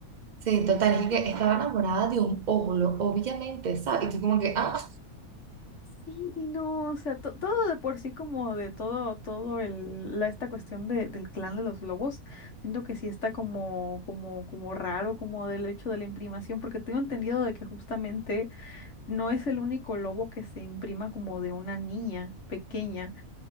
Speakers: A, on the right (about 65°); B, on the left (about 50°).
A: Sí, total, es que estaba enamorada de un óvulo, obviamente, ¿sabes? Y tú como que, ah,
B: Sí, no, o sea, to- todo de por sí como de todo, todo el, la, esta cuestión de, del clan de los lobos, siento que sí está como, como, como raro, como del hecho de la imprimación, porque tengo entendido de que justamente no es el único lobo que se imprima como de una niña pequeña,